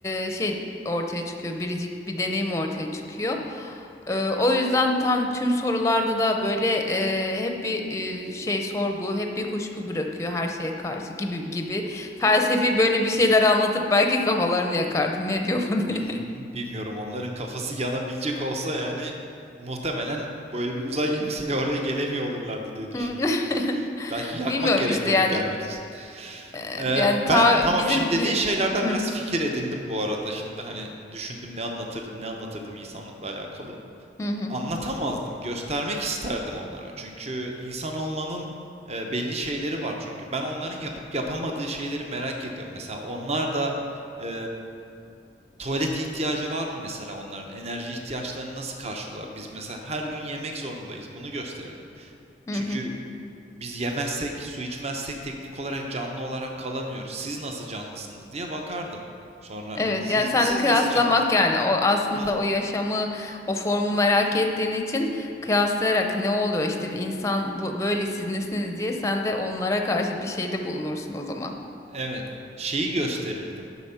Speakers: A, on the left; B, on the right.
A: e, şey ortaya çıkıyor. Biricik bir deneyim ortaya çıkıyor. E, o yüzden tam tüm sorularda da böyle e, hep bir e, şey sorgu, hep bir kuşku bırakıyor her şeye karşı gibi gibi. Felsefi böyle bir şeyler anlatıp belki kafalarını
B: Ee,
A: yakardım. Ne diyor bu
B: Bim-
A: diye.
B: bilmiyorum onların kafası yanabilecek olsa yani muhtemelen böyle bir uzay gemisiyle oraya gelemiyor olurlardı diye düşünüyorum.
A: Hmm. <laughs>
B: Belki yakmak
A: Bilmiyorum
B: gerekiyordur
A: işte yani
B: gelmek için.
A: e,
B: Ee,
A: yani
B: ben
A: ta
B: tamam
A: bizim
B: şimdi
A: bizi
B: dediğin şeylerden
A: Hı
B: biraz fikir edindim bu arada. Şimdi hani düşündüm ne anlatırdım ne anlatırdım insanlıkla alakalı.
A: hı hı
B: Anlatamazdım, göstermek isterdim onlara. Çünkü insan olmanın e, belli şeyleri var. Çünkü ben onların yapıp yapamadığı şeyleri merak ediyorum. Mesela onlar da e, Tuvalet ihtiyacı var mı mesela onların? Enerji ihtiyaçlarını nasıl karşılıyor? Biz mesela her gün yemek zorundayız. Bunu gösterirdim.
A: hı
B: Çünkü
A: hı.
B: biz yemezsek, su içmezsek teknik olarak canlı olarak kalamıyoruz. Siz nasıl canlısınız diye bakardım. Sonra
A: Evet
B: hani siz
A: yani sen
B: siz
A: kıyaslamak
B: nasıl canlısınız?
A: yani o aslında
B: Hı hı.
A: o yaşamı o formu merak ettiğin için kıyaslayarak ne oluyor işte bir insan bu böyle siz nesiniz diye sen de onlara karşı bir şeyde bulunursun o zaman.
B: Evet. Şeyi gösterirdim.